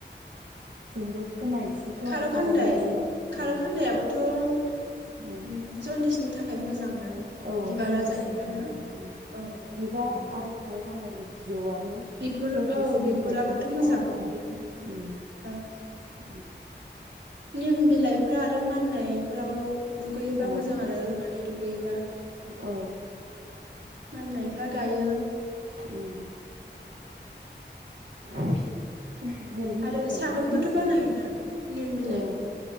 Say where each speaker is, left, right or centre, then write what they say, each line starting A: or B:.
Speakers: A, on the right (about 70°); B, on the right (about 85°).
A: जोंबो खोनायोसोथ'
B: खार'
A: बारा
B: खान्दाय
A: मिथिया
B: खार'
A: औ
B: खान्दायाबोथ'उम
A: उम
B: जन्दिसनि नि थाखाय मोजां ना
A: औ
B: बिबारा
A: जन्दिसनि
B: जायोब्लाना
A: थाखाय मोजां उम
B: औ
A: बिबार
B: उम
A: आरो फार खान्दायनिस जिउआबो
B: बिगुर
A: जन्दिसनि
B: औ बिगुराबोथ'
A: थाखाय बुहुत
B: मोजां
A: आराम आरो
B: बेयो
A: उम
B: औ
A: उम
B: निम बिलाइफोरा आरो माननायफोराव दुगैयोबा
A: ओं
B: मोजां आरो रुनानै दुगैयोबा
A: औ
B: माननायफ्रा गायो
A: उम ओबस हेल्थनि
B: आरो
A: थाखाय
B: साबोनबोथ'
A: बहुद मोजां
B: बानायोना
A: आरो
B: निम बिलाइखौ
A: औ